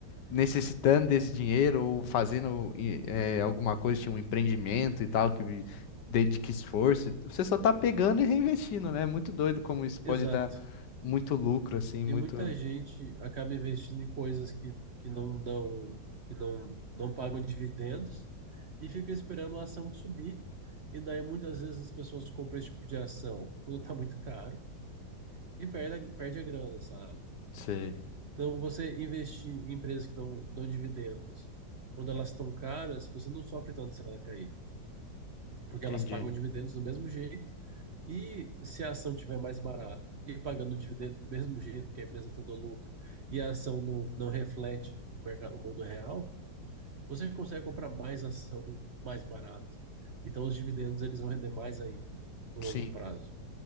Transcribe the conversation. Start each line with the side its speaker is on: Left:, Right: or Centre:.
Left: necessitando desse dinheiro ou fazendo eh, eh, alguma coisa, tipo, um empreendimento e tal, que dedique esforço. Você só tá pegando e reinvestindo, né? É muito doido como isso pode
Right: Exato.
Left: dar muito lucro, assim,
Right: E
Left: muito...
Right: muita gente acaba investindo em coisas que, que não dão, que não, não pagam dividendos e fica esperando a ação subir. E daí muitas vezes as pessoas compram esse tipo de ação quando está muito caro e perde, a- perde a grana, sabe?
Left: Sei,
Right: Então você investir em empresas que dão, dão dividendos quando elas estão caras, você não sofre tanto se ela cair porque elas
Left: entendi.
Right: pagam dividendos do mesmo jeito. E se a ação tiver mais barata e pagando dividendo do mesmo jeito que a empresa está dando lucro e a ação não, não reflete o, mercado, o mundo real, você consegue comprar mais ação mais barato. Então os dividendos eles vão render mais ainda no
Left: Sim,
Right: longo prazo.